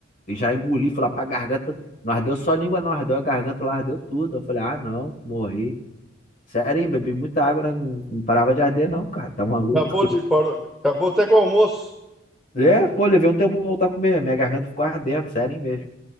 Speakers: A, on the left; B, in the centre.
A: E já engoli, fui lá pra garganta. Não ardeu só a língua, não ardeu a garganta, lá ardeu tudo. Eu falei, ah, não, morri. Sério, hein? Bebi muita água, né? Não parava de arder, não, cara. Tá maluco?
B: Acabou de parou, acabou até com o almoço.
A: É, pô, levei um tempo pra voltar a comer. Minha garganta ficou ardendo, sério, hein, mesmo.